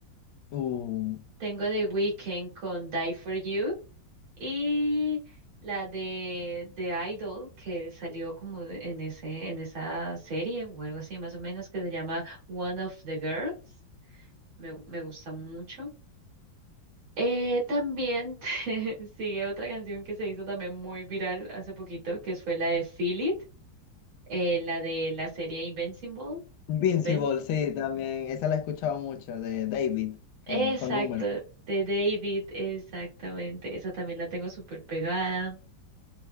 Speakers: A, on the left; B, on the right.
A: Uh.
B: tengo a The Weeknd con Die For You y la de The Idol que salió como en ese en esa serie o algo así más o menos que se llama One of the Girls. me, me gusta mucho. Eh, también <laughs> sigue otra canción que se hizo también muy viral hace poquito, que fue la de Feel It, eh, la de la serie Invincible.
A: Invincible,
B: Inven-
A: sí, también. Esa la he escuchado mucho, de David, que
B: Exacto,
A: es con números.
B: de David, exactamente. Esa también la tengo súper pegada.